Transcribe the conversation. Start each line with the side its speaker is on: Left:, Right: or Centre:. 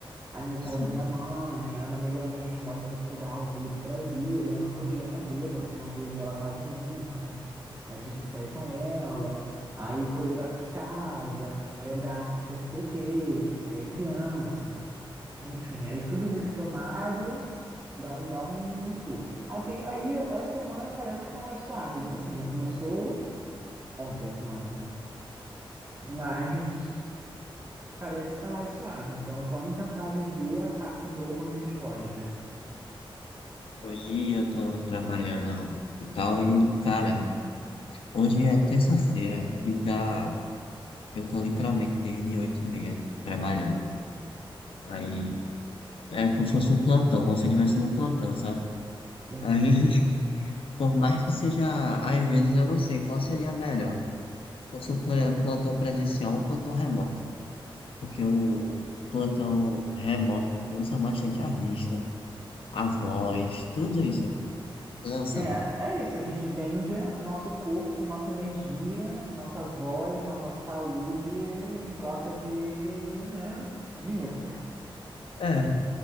Right: aniversário
Left: Sim.
Right: da minha mãe, aí uma amiga minha que mora em Portugal veio pro Brasil, né? Eu não podia não vê-la, porque eu não vejo ela quase nunca. Aí tive que sair com ela, aí coisa da- de casa, aí o gato que fez não sei o quê, é, criança. Enfim, aí tudo isso somado dá um, dá um um surto. Aí, tem, aí essa semana parece que tá mais suave. Assim, né? Começou ontem a semana, né? Mas. Parece que tá mais suave. Então vamos tentar viver a parte boa quando a gente pode, né?
Left: Hoje eu tô trabalhando e tal, e cara, hoje é terça-feira e dá, eu tô literalmente desde oito e meia trabalhando. Aí é como se fosse um plantão, como se eu estivesse num plantão, sabe?
Right: Sim.
Left: Aí Por mais que seja, às vezes eu não sei qual seria melhor. Se fosse um pla- plantão presencial ou um plantão remoto. Porque o, o plantão remoto cansa bastante a vista, a voz, tudo isso cansa.
Right: É, é isso. A gente vende o nosso corpo, nossa energia, nossa voz, a nossa saúde em troca de, né, dinheiro.
Left: É,